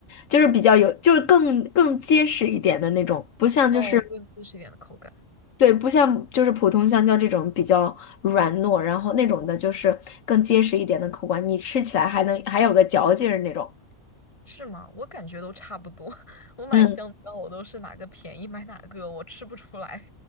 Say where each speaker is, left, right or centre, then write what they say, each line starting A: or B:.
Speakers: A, on the left (about 80°); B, on the left (about 25°).
A: 就是比较有，就是更更结实一点的那种，不像就是。
B: 哦，更结实一点的口感
A: 对，不像就是普通香蕉这种比较软糯，然后那种的就是更结实一点的口感，你吃起来还能还有个嚼劲儿那种。
B: 是吗？我感觉都差不多。<laughs> 我买香蕉，
A: 嗯，
B: 我都是哪个便宜买哪个，我吃不出来。